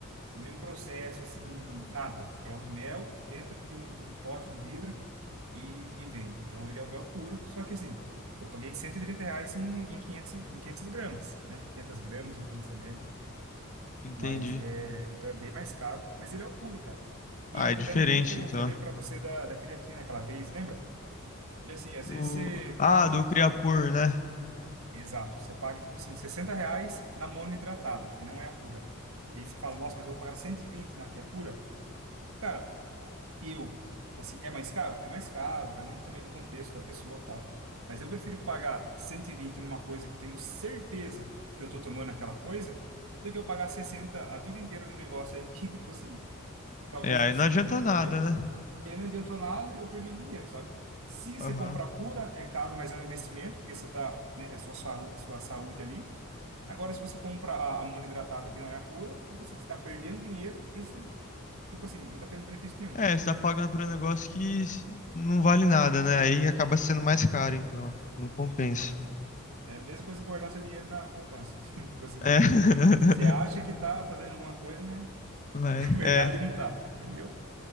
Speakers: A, on the right (about 75°); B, on the left (about 35°).
A: nenhum processo assim, nada. É um mel dentro de um, de um pote de vidro e, e vende. Então ele é o mel puro, só que assim, eu paguei 130 reais em, em 500, em 500 gramas, né? 500 gramas ou 500 ml,
B: Entendi.
A: mas é, então é bem mais caro, mas ele é o puro, cara.
B: Ah,
A: E entra
B: é diferente
A: até naquilo que eu
B: então.
A: falei para você da, da creatina aquela vez, lembra? E assim, às
B: O...
A: vezes você
B: Ah,
A: paga tipo,
B: do Creapure, né?
A: exato, você paga tipo assim, 60 reais na monohidratada, que não é a pura. E aí você fala, nossa, mas eu vou pagar 120 na que é pura? Cara, Eu, assim, é mais caro? É mais caro, vai muito também do contexto da pessoa, tal. Mas eu prefiro pagar 120 numa coisa que eu tenho certeza que eu tô tomando aquela coisa, do que eu pagar 60 a vida inteira num negócio aí que, <laughs> tipo assim, talvez
B: É, aí
A: não
B: não
A: seja,
B: adianta
A: entendeu?
B: nada, né?
A: Que aí não adiantou nada, eu perdi dinheiro, sabe? Se você
B: Aham.
A: comprar pura, é caro, mas é um investimento, porque você tá, né, é a sua, saú- sua saúde ali. Agora, se você compra a, a monoidratada que não é pura, tipo assim, você tá perdendo dinheiro e você, tipo assim, não tá tendo benefício nenhum.
B: É, você tá pagando por um negócio que s- não vale nada, né? Aí acaba sendo
A: Exatamente.
B: mais caro, então. Não compensa.
A: exata É a mesma coisa que guardar seu dinheiro na poupança. <laughs> Tipo assim,
B: É. <laughs>
A: você acha que tá fazendo alguma coisa, mas <laughs>
B: Vai,
A: na verdade
B: é,
A: não tá, entendeu?